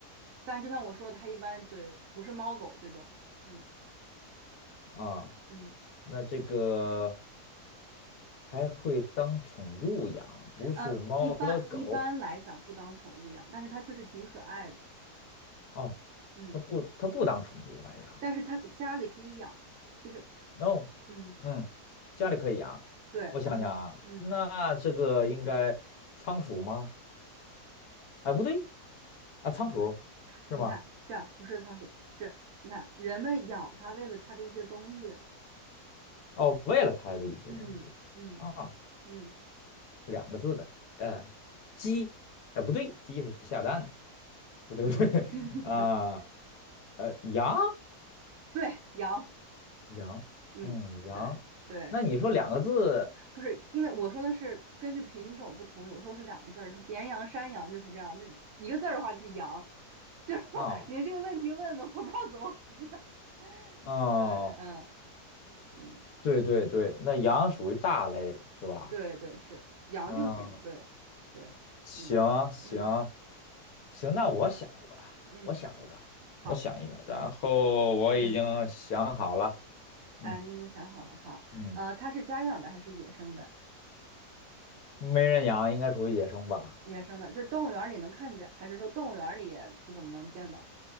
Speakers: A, on the right; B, on the left.
A: 但就像我说的，它一般对不是猫狗这种，嗯
B: 啊，
A: 嗯，
B: 那这个还会当宠物养，不是猫和狗
A: 呃，一般一般来讲不当宠物养，但是它确实挺可爱的，
B: 哦，
A: 嗯，
B: 它不，它不当宠物来养。
A: 但是它家里可以养，就是
B: 哦，
A: 嗯
B: 嗯，家里可以养。
A: 嗯，对，
B: 我想想啊，
A: 它不嗯，
B: 那这个应该仓鼠吗？哎，不对，啊，仓鼠是吗？
A: 你看这样不是仓鼠，是你看人们养它为了它的一些东西，
B: 哦，喂了它的一些东西啊，
A: 嗯嗯嗯
B: 两个字的，呃，鸡，
A: 嗯
B: 哎，不对，鸡是下蛋的。不对不对
A: 嗯，<laughs>
B: <laughs> 啊，
A: 嗯
B: 呃，羊
A: 对，养。
B: 羊，
A: 嗯，
B: 嗯，羊。
A: 对对，
B: 那你说两个字
A: 不是，因为我说的是根据品种不同，有时候是两个字儿，是绵羊、山羊就是这样，就一个字儿的话就是羊，<laughs> 就是说您这个问题问的，
B: 啊
A: 我不知道怎么回答。
B: 哦，
A: 对，嗯嗯
B: 对对对，那羊属于大类是吧？
A: 嗯，对对是羊就行，
B: 嗯，
A: 对对，
B: 行行
A: 嗯嗯
B: 行，那我想一个吧，
A: 嗯，
B: 我想一个，
A: 行，好，
B: 我想一个，然后我已经想好了，
A: 嗯嗯，
B: 嗯
A: 哎，您已经想好了，好，
B: 嗯，
A: 呃，它是家养的还是野生的？
B: 没人养应该属于野生吧？
A: 野生的，就是动物园儿里能看见，还是说动物园儿里也不怎么能见到？